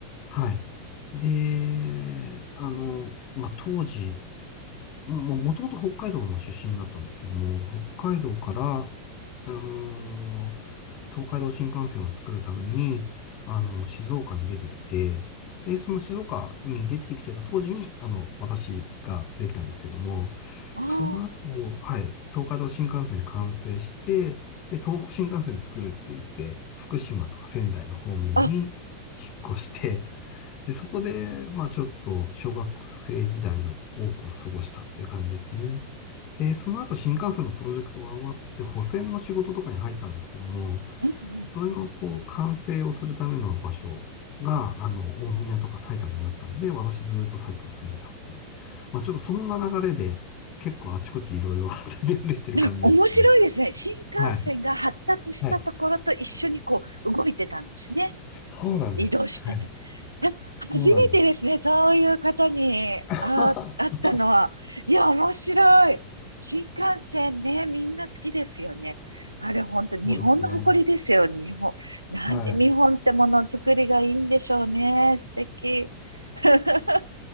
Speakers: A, on the left (about 40°); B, on the right (about 80°).
A: はい。で、あの、まあ、当時、も、もともと北海道の出身だったんですけども、北海道から、あのー東海道新幹線を作るために、あの静岡に出てきて、で、その静岡に出てきてた当時に、あの、私ができたんですけども、
B: あー、
A: その後、はい、東海道新幹線完成して、で、東北新幹線作るって言って、福島とか仙台の方面に引っ越して、
B: あ、
A: で、そこで、まあちょっと小学生時代の多くを過ごしたっていう感じですね。で、その後新幹線のプロジェクトが終わって、保線の仕事とかに入ったんですけども、
B: うんうん。
A: それのこう、完成をするための場所が、あの、大宮とか埼玉にあったんで、私ずっと埼玉に住んでたっていう。まあちょっとそんな流れで、結構あちこちいろいろ渡り歩いてる感じでしたね。
B: なんか面白いですね。新幹線が発達したところと一緒にこう、
A: はい。はい。
B: 動いてたんですね。
A: そうなんです。
B: 移動してて。
A: はい。そうなんです。
B: 初めてですね、そういう方に、
A: <laughs>
B: あ、あったのは。いや、面白い。新幹線ね、みんな好きですよね。あれ、本当日本の誇りですよ、
A: そうですね。
B: 日本。なんで日本ってものづくりがいいんでしょうね。
A: はい。
B: 素敵。<laughs>